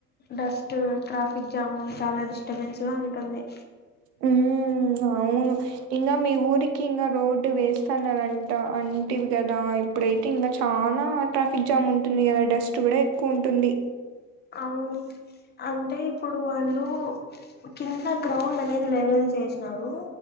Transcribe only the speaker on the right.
ఊ అవును ఇంకా మీ ఊరికి ఇంకా రోడ్డు వేస్తున్నారంట అంటివి కదా ఇప్పుడైతే ఇంకా చానా ట్రాఫిక్ జామ్ ఉంటుంది కదా డస్ట్ కూడా ఎక్కువ ఉంటుంది